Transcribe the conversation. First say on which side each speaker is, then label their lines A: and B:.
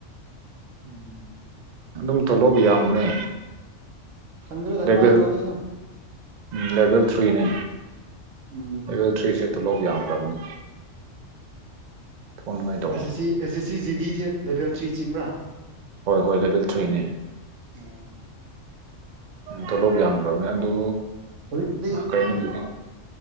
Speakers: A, on the right (about 75°); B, on the right (about 60°).
A: ꯎꯝ
B: ꯑꯗꯨꯝ ꯇꯣꯂꯣꯕ ꯌꯥꯝꯕꯅꯦ
A: ꯈꯪꯗꯦꯗ
B: ꯂꯦꯚꯦꯜ
A: ꯀꯃꯥꯏ ꯇꯧꯗ‌ꯣꯏꯅꯣ
B: ꯎꯝ ꯂꯦꯚꯦꯜ ꯊ꯭ꯔꯤꯅꯦ
A: ꯎꯝ
B: ꯂꯦꯚꯦꯜ ꯊ꯭ꯔꯤꯁꯦ ꯇꯣꯂꯣꯞ ꯌꯥꯝꯗꯕꯅ‌ꯦ ꯊꯣꯛꯅꯉꯥꯏ ꯇꯧ
A: ꯑꯦꯁ ꯑꯦꯁ ꯁꯤ ꯑꯦꯁ ꯑꯦꯁ ꯁꯤ ꯖꯤ ꯗꯤꯁꯦ ꯂꯦꯚꯦꯜ ꯊ꯭ꯔꯤ ꯆꯤꯡꯕ꯭ꯔꯥ
B: ꯍꯣꯏ ꯍꯣꯏ ꯂꯦꯕꯦꯜ ꯊ꯭ꯔꯤꯅꯦ
A: ꯑꯣ
B: ꯇꯣꯂꯣꯞ ꯌꯥꯝꯗꯕꯅꯦ ꯑꯗꯨ
A: ꯍꯧꯖꯤꯛꯇꯤ
B: ꯀꯩꯅꯣꯒꯤꯗꯤ